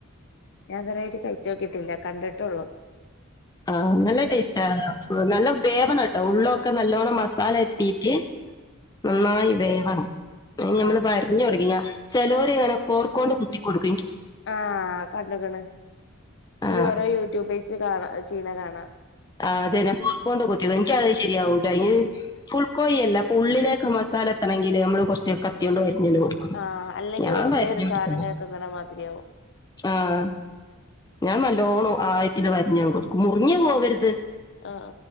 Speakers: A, on the left; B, on the left.
A: ഞാൻഇത് വരെആയിട്ട് കഴിച്ചോക്കീട്ടില്ല കണ്ടിട്ടൊള്ളൂ
B: ആഹ നല്ല ടേസ്റ്റ് ആ നല്ല വേവണട്ടോ ഉള്ളൊക്കെ നല്ലോണ്ണം മസാല എത്തീട്ട് നന്നായി
A: ആഹ്
B: വേവണം ഇനി നമ്മള്
A: ആഹ്
B: വരഞ്ഞോടികില ചെലോർങ്ങനെ ഫോർക്കോണ്ട് കുത്തികൊടുക്കും
A: ആഹ കണ്ട്ക്ക്ണ്
B: ആ
A: ഈ ഓരോ യൂട്യൂബേഴ്സ് കാണ ചെയ്യ്ണ കാണാ
B: ആ് അതന്നെ ഫോർക്കോണ്ട്കുത്തി എനിക്കത് ശെരിയാവൂല ഇ ഫുൾക്കോയി അല്ല അപ ഉള്ളിലേക്ക് മസാ സാല എത്തണെങ്കില് നമ്മ കുറച്ച് കത്ത്യോണ്ട് വര്- ഞ്ഞ്കൊടുക്കണം
A: ആഹ് അല്ലെങ്കി
B: ഞാ
A: വെറുതെ
B: വരിഞ്ഞൊട്ക്കലാ
A: ഒരു സാധനം ഇങ്ങനെ തിന്നണ മാതിരിയാവും
B: ആഹ് ഞാൻ നൽ- ല്ലോണം ആയത്തില് വരിഞ്ഞ കൊട്ക്കും മുറിഞ്ഞ് പോവരുത്
A: ആഹ്